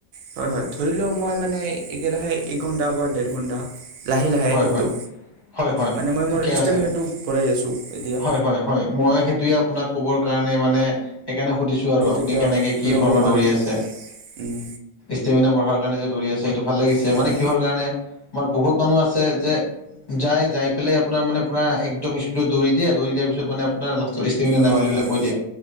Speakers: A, on the right (about 90°); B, on the left (about 25°).
A: হয়, হয় ধৰি লওঁ মই মানে একেৰাহে এক ঘন্টা বা দেৰ ঘন্টা। লাহে, লাহে
B: হয়
A: কিন্তু।
B: হয় হয় হয়
A: মানে মই
B: ঠিকে
A: মোৰ ষ্টেমিনাটো
B: আছে
A: বঢ়াই আছোঁ এতিয়া।
B: হয় হয় হয়, মই সেইটোৱে আপোনাক ক'বৰ কাৰণে মানে সেইকাৰণে সুধিছোঁ আৰু আপুনি
A: তেতিয়া
B: কেনেকে কি
A: দৌৰাব
B: ধৰণৰ
A: পাৰিম
B: দৌৰি আছে।
A: উম
B: ষ্টেমিনা বঢ়াৰ কাৰণে যে দৌৰি আছে সেইটো ভাল লাগিছে,
A: হয়
B: মানে কিহৰ কাৰণে আমাৰ বহুত মানুহ আছে যে যায়, যাই পেলাই আপোনাৰ মানে পূৰা একদম স্পীড দৌৰি দিয়ে, দৌৰি দিয়াৰ পিছত মানে আপোনাৰ লাষ্টত ষ্টেমিনা নাই
A: হয়
B: বুলি
A: হয়
B: কৈ দিয়ে,